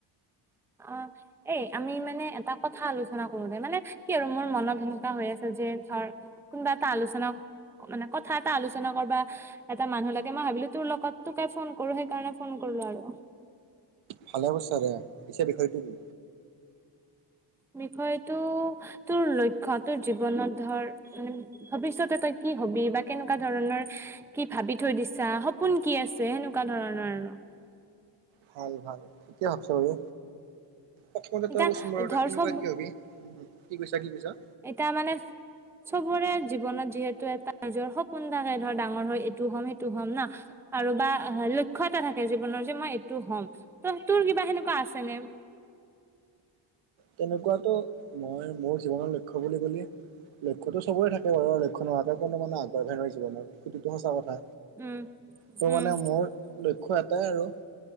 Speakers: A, in the centre; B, on the right (about 80°).
A: অঁ এই আমি মানে এটা কথা আলোচনা কৰোতে মানে কি আৰু মোৰ মনত সেনেকুৱা হৈ আছিল যে ধৰ কোনোবা এটা আলোচনা মানে কথা এটা আলোচনা কৰা এটা মানুহ লাগে মই ভাবিলো তোৰ লগত তে ফোন কৰো সেইকাৰণে ফোন কৰিলো আৰু
B: ভালে বসছো দে পিছে বিষয়টো কি
A: বিষয়টো তোৰ লক্ষ্য় তোৰ জীৱনত ধৰ মানে ভৱিষ্যতে তই কি হবি বা কেনেকুৱা ধৰণৰ কি ভাবি থৈ দিছা সপোন কি আছে সেনেকুৱা ধৰণৰ আৰু
B: ভাল ভালিয় ভাবছ বাৰু প্ৰথমতে
A: এতিয়া
B: তই কচোন বাৰু
A: ধৰ
B: তই কেনেকুৱা
A: চব
B: কি হবি কি কৈছা কি কৈছা
A: এতিয়া মানে চবৰে জীৱনত যিহেতু এটা নিজৰ সপোন দাকে ধৰ ডাঙৰ হয় এইটো হ'ম সেইটো হ'ম না আৰু বা লক্ষ্য় এটা থাকে জীৱনৰ যে মই এইটো হম ত তোৰ কিবা সেনেকুৱা আছে ন
B: তেনেকুৱাতটো মই মোৰ জীৱনৰ লক্ষ্য বুলি ক'লে লক্ষ্যতোবৰে থাকে বাৰু আৰু লক্ষ্য নহোৱাকৈ কোনো মানে আগবাঢ় নোৱাৰ জীৱন সেইটো সঁচ কথা
A: উম
B: ত'
A: উম
B: মানে মোৰ লক্ষ্য় এটাই আৰু